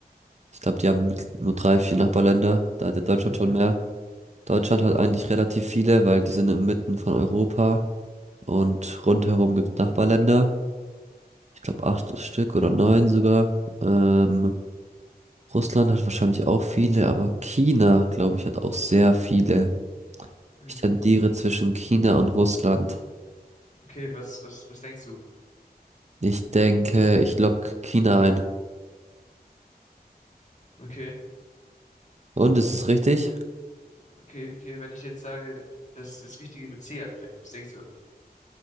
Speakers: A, on the right; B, on the left.
A: ich glaube, die haben nur drei, vier Nachbarländer. Da hat ja Deutschland
B: Mhm,
A: schon mehr. Deutschland hat eigentlich relativ viele, weil die sind inmitten von Europa und rundherum gibt es Nachbarländer. Ich glaube acht Stück oder neun sogar. Ähm, Russland hat wahrscheinlich auch viele, aber China, glaube ich, hat auch sehr viele.
B: mhm.
A: Ich tendiere zwischen China und Russland.
B: Okay, was, was, was denkst du?
A: Ich denke, ich lock China ein.
B: Okay,
A: Und ist es richtig?
B: okay, okay, wenn ich jetzt sage, dass das Richtige mit C anfängt, was denkst du denn?